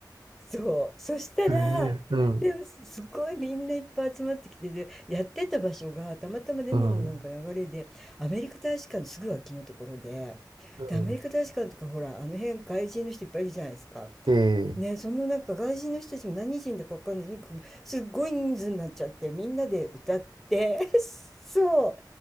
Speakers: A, in the centre; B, on the right.
A: そう。そしたら、
B: ええ、うん、
A: でもすすごいみんないっぱい集まってきてで、やってた場所がたまたまレモンのなんか流れで、
B: うん、
A: アメリカ大使館のすぐ脇のところで、
B: うん、
A: で、アメリカ大使館とかほら、あの辺外人の人いっぱいいるじゃないですか。
B: ええ、
A: ね、そのなんか外人の人たちも何人だかわかんない。とにかくすっごい人数になっちゃって、みんなで歌って、<laughs> そう。